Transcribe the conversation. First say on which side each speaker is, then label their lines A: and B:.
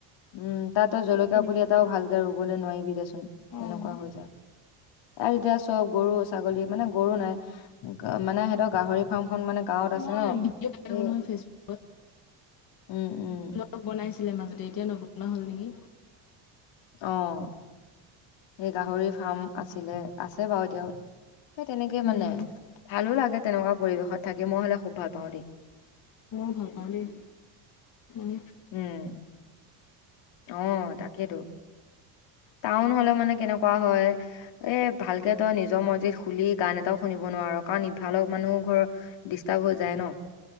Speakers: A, on the left; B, on the left.
A: উম তাতো
B: চব
A: জলকীয়া
B: কিনিব
A: পুলি
B: লাগিব।
A: এটাও ভালকে ৰুবলৈ নোৱাৰিবি দেচোন
B: অ',
A: তেনেকুৱা হৈ যায়। আৰু এতিয়া চব গৰু-ছাগলী মানে গৰু নাই মানে সিহঁতক গাহৰি ফাৰ্মখন মানে গাঁৱত আছে
B: মই
A: ন
B: ভিডিঅ' পাই
A: সেই
B: থাকো নহয় ফেচবুক
A: উম উম।
B: ব্লগ বনাইছিলে মাজতে এতিয়া নবনা হ'ল নেকি।
A: অহ সেই গাহৰি ফাৰ্ম আছিলে আছে বাৰু এতিয়াও। সেই তেনেকে
B: উম,
A: মানে, ভালো লাগে তেনেকুৱা পৰিৱেশত থাকি মই হলে খুব ভাল পাও দেই।
B: ময়ো ভাল পাওঁ দেই, উম।
A: উম অহ তাকেইতো। টাউন হ'লে মানে কেনেকুৱা হয় এ ভালকে তই নিজৰ মজিত শুলি গান এটাও শুনিব নোৱাৰো কাৰণ ইফালৰ মানুহ ঘৰৰ ডিষ্টাৰ্ব হৈ যায় ন?